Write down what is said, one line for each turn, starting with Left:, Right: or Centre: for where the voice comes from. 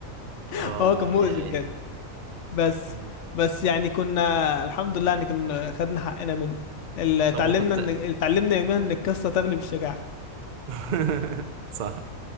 Left: <laughs>
Right: اه
Left: هو كان مؤذي
Right: يا عيني
Left: بجد بس
Right: مم.
Left: بس يعني كنا الحمد لله ان كنا خدنا حقنا منه ال- اتعلمنا
Right: طب وكنت
Left: ان اتعلمنا يوميها ان القصه تغلب الشجاعه
Right: <laughs> صح